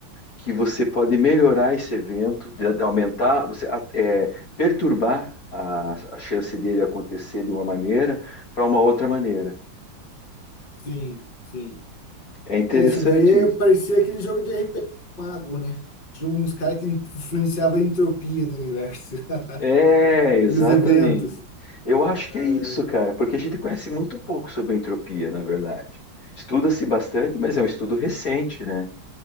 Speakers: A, on the left; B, on the left.
A: que você pode melhorar esse evento, de- de aumentar, você a- é, perturbar a, a chance dele acontecer de uma maneira para uma outra maneira.
B: Sim, sim.
A: É interessante
B: É, isso daí é, parecia aquele jogo de RPG do mago, né? Tinha uns caras que influenciavam a entropia do universo <laughs>
A: É, exatamente.
B: e os eventos.
A: Eu acho
B: É,
A: que é isso, cara, porque a gente conhece muito pouco sobre a entropia, na verdade. Estuda-se bastante, mas é um estudo recente, né?